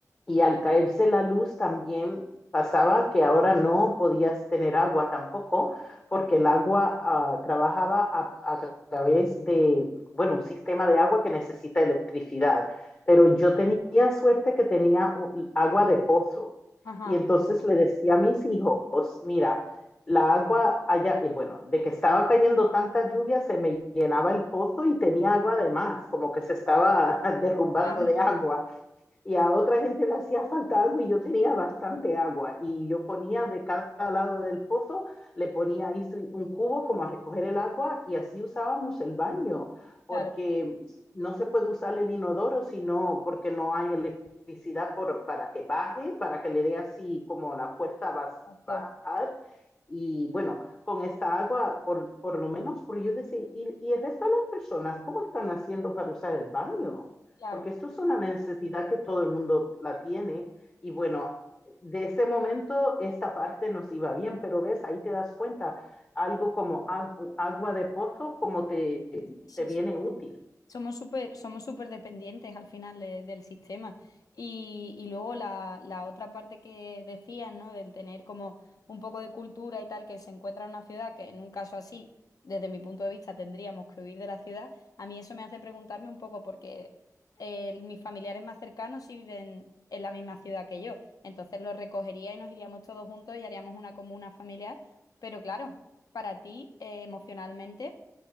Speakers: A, on the left; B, on the left.
A: y al caerse la luz también pasaba que ahora no podías tener agua tampoco,
B: claro,
A: porque el agua ah, trabajaba a, a través de, bueno, un sistema de agua que necesita electricidad. Pero yo tenía suerte que tenía un- agua de pozo.
B: ajá,
A: Y entonces le decía a mis hijos, mira, la agua allá, y bueno, de que estaba cayendo tanta lluvia, se me llenaba el pozo y tenía agua además, como que se estaba <laughs> derrumbando
B: claro,
A: de agua y a otra gente le hacía falta agua y yo tenía bastante agua y yo ponía de cada lado del pozo, le ponía ahí sí, un cubo como a recoger el agua y así usábamos el baño, porque
B: claro,
A: no se puede usar el inodoro sino porque no hay electricidad por, para que baje, para que le dé así como la fuerza a
B: exacto,
A: bajar. Y bueno, con esta agua, por, por lo menos, por yo decir, y, y el resto de las personas, ¿cómo están haciendo para usar el baño?
B: claro.
A: porque esto es una necesidad que todo el mundo la tiene. Y bueno, de ese momento esta parte nos iba bien, pero ves, ahí te das cuenta, algo como agua de pozo, como te,
B: Sí,
A: te viene
B: sí.
A: útil.
B: Somos súper, somos súper dependientes al final de- del sistema. Y, y luego la, la otra parte que decían, ¿no? Del tener como un poco de cultura y tal, que se encuentra en una ciudad que en un caso así, desde mi punto de vista, tendríamos que huir de la ciudad. A mí eso me hace preguntarme un poco porque eh, mis familiares más cercanos sí viven en la misma ciudad que yo. Entonces los recogería y nos iríamos todos juntos y haríamos una comuna familiar. Pero claro, para ti, eh, emocionalmente